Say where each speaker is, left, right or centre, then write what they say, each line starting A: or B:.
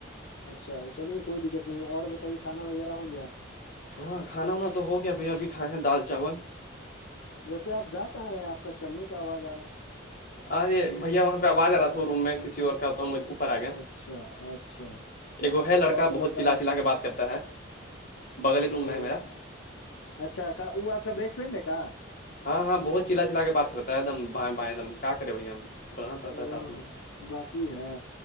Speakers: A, on the left; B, on the left.
A: اچھا چلیے کوئی دقت نہیں ہے اور بتائیے کھانا وغیرہ ہو گیا
B: ہاں کھانا وانا تو ہو گیا بھائی ابھی کھائے ہیں دال چاول
A: ویسے آپ جا کہاں رہے ہیں آپ کا چلنے کا آواز آ رہا ہے
B: ہاںے بھیا وہاں پہ آواز آ رہا تھا وہ روم میں کسی اور کہتا ہوںے اوپر آ
A: ہے۔
B: گیا
A: اچھا اچھا
B: ایک وہ ہے لڑکا
A: اور
B: بہت
A: بتائی
B: چلا چلا کے بات کرتا ہے بغل روم
A: او
B: میں ہے میرا
A: اچھا وہ آپ کا بیسٹ فرینڈ ہے کیا
B: ہاں ہاں بہت چلا چلا کے بات کرتا ہے ایک دم بھ بائیں ایک دم کیا کرے بھیا ہم رہنا پڑتا
A: او
B: ہے ساتھ میں
A: بات ہی ہے